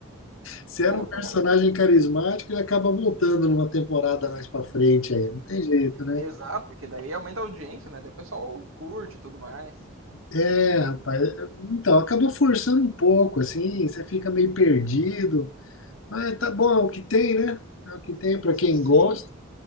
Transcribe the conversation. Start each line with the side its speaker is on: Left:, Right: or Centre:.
Left: Se
Right: Pô,
Left: era um personagem
Right: cara.
Left: carismático, ele acaba voltando numa temporada mais pra frente aí. Não tem jeito, né?
Right: Exato, porque daí aumenta a audiência, né? Daí o pessoal curte e tudo mais.
Left: É,
Right: Eu.
Left: rapaz. é- Então, acabou forçando um pouco, assim. Você fica meio perdido. Mas tá bom, é o que tem, né? É o que tem pra quem
Right: Sim.
Left: gosta.